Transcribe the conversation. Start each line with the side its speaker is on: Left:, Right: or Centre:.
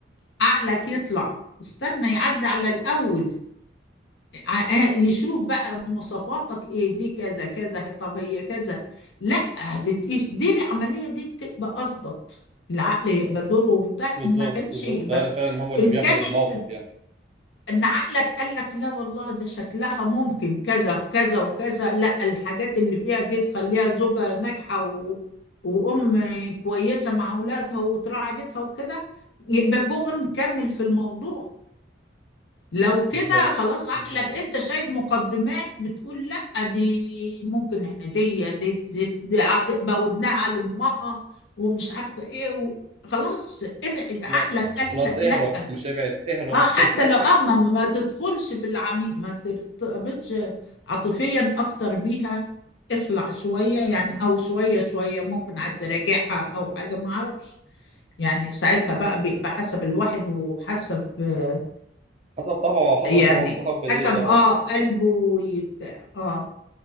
Left: عقلك يطلع استنى يعدي على الأول ع- آه، يشوف بقى مواصفاتك ايه دي كذا كذا هي- طب هي كذا لا بتقيس دي العملية دي بتبقى أظبط العقل يبقى دوره وبتاع
Right: بالظبط
Left: ما كانش
Right: بالظبط
Left: يبقى
Right: هل فعلا هو اللي
Left: إن
Right: بياخد
Left: كانت
Right: الموقف يعني
Left: ان عقلك قال لك لا والله ده شكلها ممكن كذا كذا وكذا لا الحاجات اللي فيها دي تخليها زوجة ناجحة و... وأم كويسة مع أولادها وتراعي بيتها وكده يبقى جو نكمل في الموضوع لو كده
Right: بالظبط
Left: خلاص عقلك
Right: بالظبط
Left: انت شايف مقدمات بتقول لا دي ممكن احنا دي دي, دي, دي هتبقى ودنها لأمها ومش عارفة ايه و... خلاص ابعد عقلك
Right: خلاص
Left: قال
Right: خلاص
Left: لك
Right: اهرب
Left: لا
Right: مش ابعد اهرب
Left: اه
Right: <laughs>
Left: حتى لو اه ما, ما تدخلش في العميق ما ترتبطش عاطفيا اكتر بيها اخلع شوية يعني او شوية شوية ممكن عاد تراجعها او حاجة ما اعرفش يعني ساعتها بقى بيبقى حسب الواحد وحسب آه،
Right: حسب طبعه او حسب
Left: يعني
Right: هو متقبل
Left: حسب
Right: ايه طبعا
Left: اه قلبه ويتاع اه